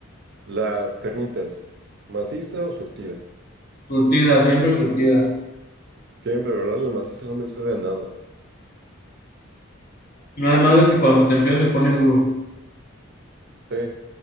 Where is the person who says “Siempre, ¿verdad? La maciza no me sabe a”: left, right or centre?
Right